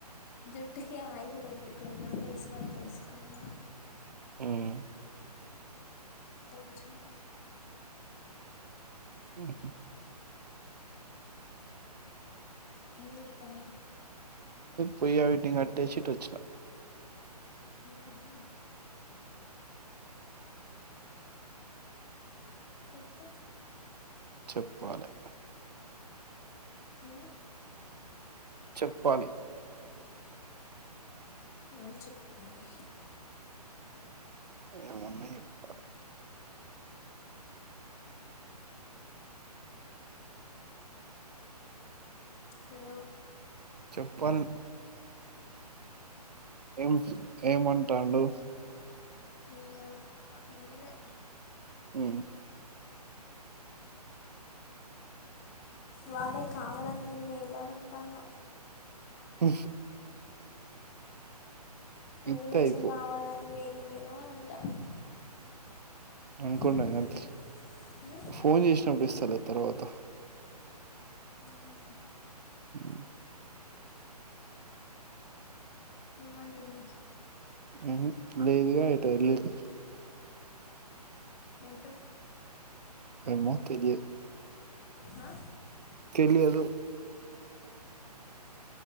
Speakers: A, on the left (about 20°); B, on the right (about 75°).
A: జుట్టుకి ఆయిలు పట్టుకున్న ఫేస్ వాష్ చేసుకున్న
B: హ్మ్
A: ఇద్ద వజున్నా
B: హ్మ్ హ్మ్
A: ఏంచేత్తన్నావు
B: పయ్య వటింగ్ అట్టచ్చట్ వచ్చిన
A: ఆహా చెప్పు
B: చెప్పాలి
A: హ
B: చెప్పాలి
A: నువ్వు చెప్పాలి
B: ఏమన్నాయి ఇప్పు
A: హలో
B: చెప్పల్ ఏం ఏమంటాడు
A: ఇవ ఎంలే
B: ఆ
A: వాడే కావాలని మీరు వేళ అంటను
B: అ
A: వదిలేసి
B: ఇత్తే అయిపో
A: కావాలని వేళు మీేను అని అంటాను
B: అనుకుడా
A: మ్మ్
B: అంత
A: మ్మ్
B: ఫోన్ చేసినప్పుడు స్ల తరువాత
A: హ్మ్
B: హ్
A: ఏమంటుంది.
B: ఉహ్ లేదుగా ఎటు ఎల్లలేదు
A: ఏటో
B: ఏమ్మో తెలియదు
A: ఆ
B: తెలియాదు